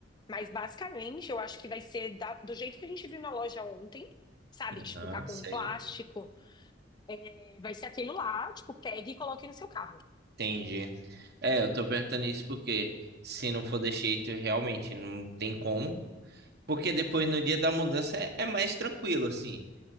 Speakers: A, on the left; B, on the right.
A: Mas basicamente, eu acho que vai ser da- do jeito que a gente viu na loja ontem, sabe?
B: Aham,
A: Tipo, tá com
B: sei,
A: um plástico. eh, Vai ser aquilo lá, tipo, pegue e coloque no seu carro.
B: entendi. É, eu tô perguntando isso porque se não for desse jeito, realmente não tem como. Porque depois no dia da mudança é, é mais tranquilo, assim.